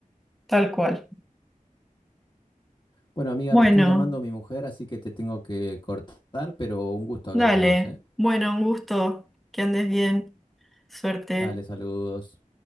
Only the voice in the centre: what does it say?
tal cual.
Bueno,
dale,
bueno, un gusto, que andes bien, suerte.